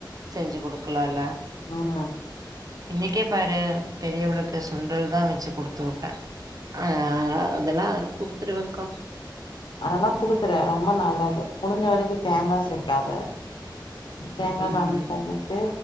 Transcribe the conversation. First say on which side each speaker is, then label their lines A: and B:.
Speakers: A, on the right; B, on the left.
A: செஞ்சு கொடுக்கலால
B: ம்
A: இன்னைக்கே பாரு பெரியவளுக் கு சுண்டல் தா வச்சு கொடுத்து விட்டே ஆ அதெல்லா அதெல்லா குடுத்திருவேங்கா
B: அதெல்லா குடுத்துரு ரொம்ப நல்லது முடிஞ்ச வரைக்கு தேங்கா சேக்காத தேங்கா
A: ம்
B: கம்மி பண்ணிட்டு